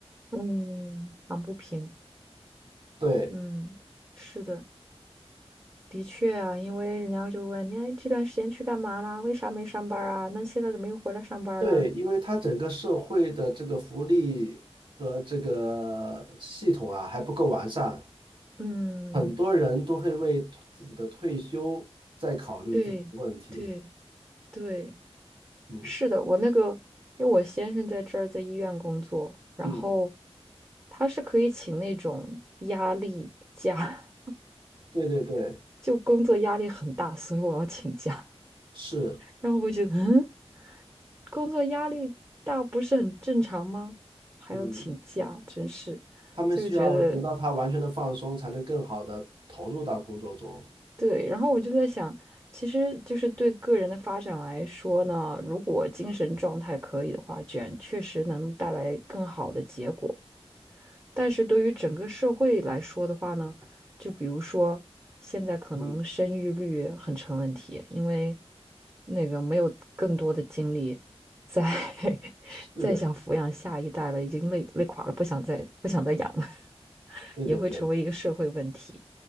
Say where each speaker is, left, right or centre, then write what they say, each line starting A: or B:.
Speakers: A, on the right; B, on the right.
A: 嗯，躺不平。
B: 对。
A: 嗯，是的，的确啊，因为人家就问你哎这段时间去干嘛啦？为啥没上班儿啊？那现在怎么又回来上班儿啦？
B: 对，因为它整个社会的这个福利和这个系统啊还不够完善，
A: 嗯，
B: 很多人都会为自己的退休在考虑这个问题。
A: 对，对，对，
B: 嗯
A: 是的，我那个，因为我先生在这儿在医院工作，然后
B: 嗯，
A: 他是可以请那种压力假，
B: 对对对，
A: <laughs> 就工作压力很大，所以我要请假。
B: 是，
A: 然后我会觉得，嗯，工作压力大不是很正常吗？还要请假，
B: 嗯，
A: 真是，
B: 他们需要得到他完全的放松，
A: 就觉得
B: 才能更好的投入到工作中。
A: 对。然后我就在想，其实就是对个人的发展来说呢，如果精神状态可以的话，卷确实能带来更好的结果。但是对于整个社会来说的话呢，就比如说现在可能生育率很成问题，
B: 嗯，
A: 因为那个没有更多的精力再 <laughs>
B: 是，
A: 再想抚养下一代了，已经累累垮了，不想再不想再养了，<laughs>
B: 对对对，
A: 也会成为一个社会问题。